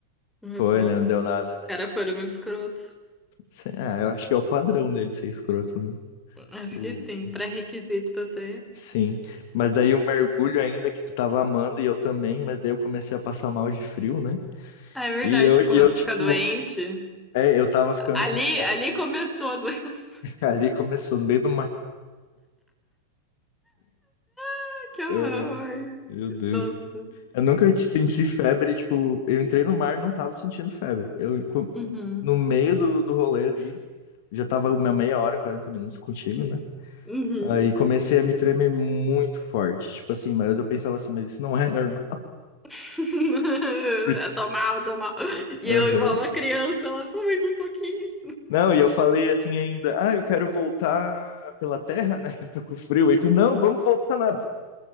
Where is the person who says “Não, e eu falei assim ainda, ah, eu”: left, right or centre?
Left